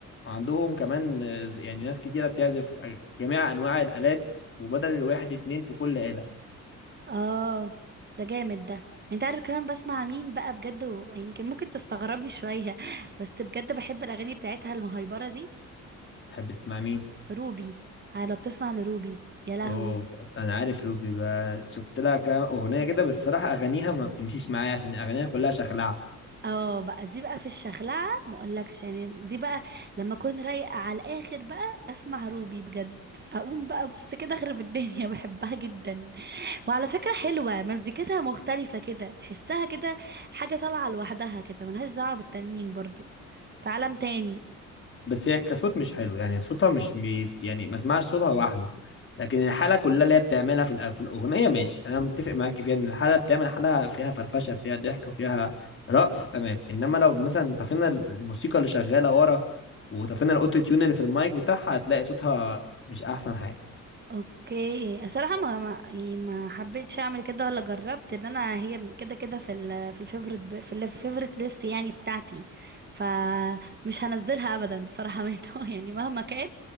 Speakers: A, on the left; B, on the right.
A: عندهم كمان آه، ز- يعني ناس كتيرة بتعزف جميع انواع الالات وبدل الواحد اتنين في كل آلة
B: اه ده جامد ده انت عارف كمان بسمع مين بقى بجد و- يمكن ممكن تستغربني شوية <laughs> بس بجد بحب الاغاني بتاعتها المهيبرة دي
A: تحب تسمع مين
B: روبي اه، لو بتسمع لروبي يا لهوي
A: اوه انا عارف روبي بقى شفت لها كام اغنية كده بس الصراحة اغانيها ما بتمشيش معايا عشان اغانيها كلها شخلعة
B: اه بقى دي بقى في الشخلعة ما اقولكش يعني دي بقى لما اكون رايقة على الاخر بقى اسمع روبي بجد اقوم بقى بص كده اخرب الدنيا <laughs> بحبها جدا وعلى فكرة حلوة مزيكتها مختلفة كده تحسها كده حاجة طالعة لوحدها كده ملهاش دعوة بالتانيين برضو في عالم تاني
A: بس هي كصوت مش حلو يعني صوتها مش بي... يعني ما اسمعش صوتها لوحده لكن الحاله كلها اللي هي بتعملها في الأ- في الاغنيه ماشي انا متفق معاك فيها ان الحاله بتعمل حاله فيها فرفشه فيها ضحك وفيها رقص تمام انما لو مثلا طفينا الموسيقى اللي شغاله ورا وطفينا الاوتو تيون اللي في المايك بتاعها هتلاقي صوتها مش احسن حاجه
B: اوكي الصراحة ما ما يعني ما حبيتش اعمل كده ولا جربت ان انا هي كده كده في ال في الفيفوريت ب- في الفيفوريت ليست يعني بتاعتي فمش هنزلها ابدا بصراحة منه <laughs> يعني مهما كان